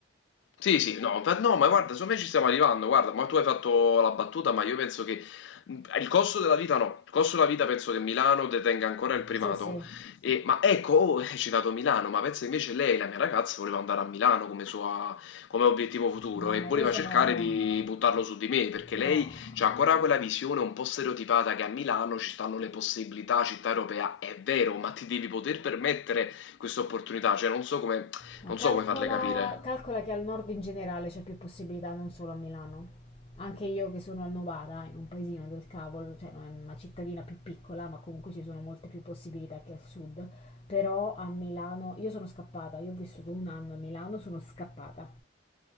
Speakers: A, on the left; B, on the left.
A: sì, sì, no, ma no, ma guarda, secondo me ci stiamo arrivando, guarda, ma tu hai fatto la battuta, ma io penso che mh, il costo della vita no, il costo della vita penso che Milano detenga ancora il primato,
B: Sì, sì,
A: E- ma ecco, oh, <laughs> hai citato Milano, ma penso invece lei, la mia ragazza, voleva andare a Milano come, sua- come obiettivo futuro
B: mamma,
A: e voleva
B: io sono...
A: cercare di buttarlo su di me, perché
B: No.
A: lei c'ha ancora quella visione un po' stereotipata che a Milano ci stanno le possibilità, città europea, è vero, ma ti devi poter permettere questa opportunità, cioè non so come
B: No,
A: non
B: Calcola,
A: so come farle capire.
B: calcola che al nord in generale c'è più possibilità, non solo a Milano. Anche io che sono a Novara, in un paesino del cavolo, cioè non è una cittadina più piccola, ma comunque ci sono molte più possibilità che al sud. Però a Milano, io sono scappata, io ho vissuto un anno a Milano, sono scappata,